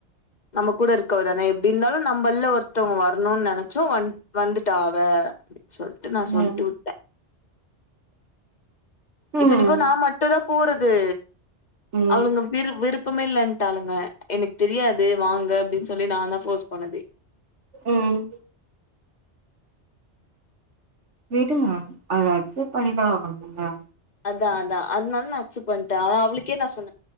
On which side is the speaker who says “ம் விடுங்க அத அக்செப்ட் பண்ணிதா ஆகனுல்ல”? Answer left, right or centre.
Right